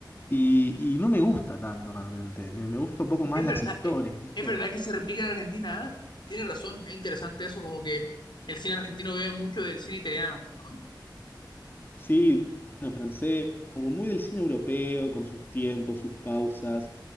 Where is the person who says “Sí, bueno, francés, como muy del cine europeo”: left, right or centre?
Left